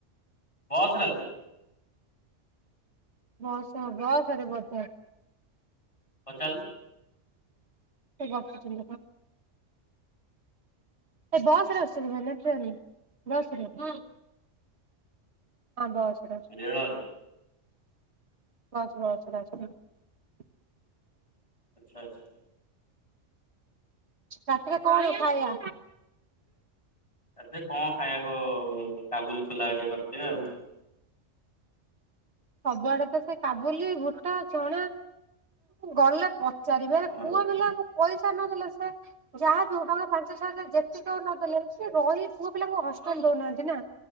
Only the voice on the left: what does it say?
ବସରେ ଆଉଚନ୍ତି?
ପଚାରିଲୁ।
ରେଳରେ
ଆଚ୍ଛା ଆଚ୍ଛା।
ରାତିରେ କଣ ଖାଇବାକୁ, କାବୁଲି ଛୋଲା ହେରିକା କରିଥିବେ ଆଉ।
ଆଉ।